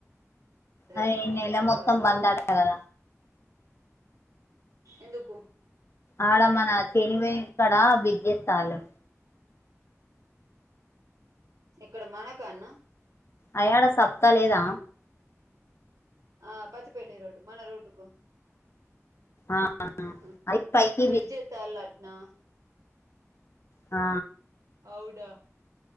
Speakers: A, on the left; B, on the right.
A: ఆ
B: అదే
A: ఈనెల
B: రావట్లేదు
A: మొత్తం బంద్ అంట కదా
B: ఎందుకు
A: ఆడమన సినిమాస్ కాడ బ్రిడ్జ్ వేస్తాడు
B: ఎక్కడ మన కన్నా
A: అయినా ఆడ చెప్తా లేదా
B: ఆ పత్తిపల్లి రోడ్డు మన రోడ్డుకు
A: ఆ
B: ఉహు
A: అది పైకి
B: బ్రిడ్జ్ ఏత్తన్నారట్లనా
A: ఆ
B: అవుడా